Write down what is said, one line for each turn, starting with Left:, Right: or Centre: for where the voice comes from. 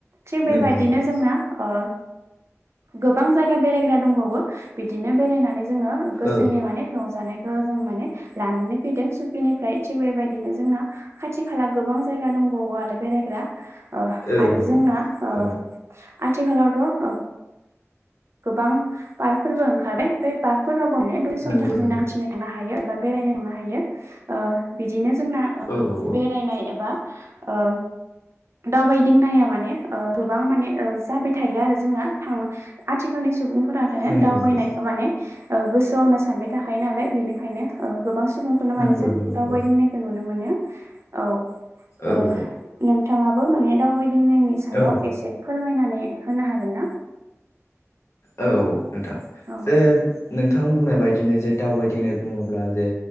Right: थिग
Left: नंगौ
Right: बेबायदिनो
Left: नंगौ
Right: जोंना ओ गोबां जायगा बेरायग्रा दंबावो बिदिनो बेरायनानै जोङो गोसोनि
Left: औ
Right: माने रंजानाय खौ जों माने लानानै फैदों। सुकिनिफ्राय थिग बेबायदिनो जोंना खाथि खाला गोबां जायगा दं बावो आरो बेरायग्रा। ओ
Left: औ
Right: आरो जोंना ओ
Left: औ
Right: आथिखालावथ' गोबां पार्कफोरबो ओंखारबाय बे पार्कफोराव <unintelligible> बा बेरायनाय
Left: नंगौ नंगौ
Right: थांनो हायो ओ बिदिनो जोंना ओ
Left: औ औ
Right: बेरायनाय एबा ओ दावबायदिंनाया माने ओ गोबां माने ओ जाबाय थायो आरो जोंना थांनो आथिखालनि सुबुंफोरानो
Left: नंगौ
Right: दावबायनायखौ
Left: नंगौ
Right: माने ओ गोसोआवनो सानबाय थाखायो नालाय बेनिखायनो गोबां सुबुंखौनो
Left: नंगौ
Right: मानो जों
Left: नंगौ
Right: दावबायदिंनायखौ
Left: औ
Right: नुनो मोनो औ नों
Left: औ औ
Right: नोंथांङाबो माने दावबायदिंनायनि सायाव
Left: औ नोंथां
Right: एसे फोरमायनानै होनो हागोन ना
Left: औ नोंथां
Right: औ
Left: जे नों नोंथां बुंनाय बायदिनो जे दावबायदिंनाय बुंङोब्ला जे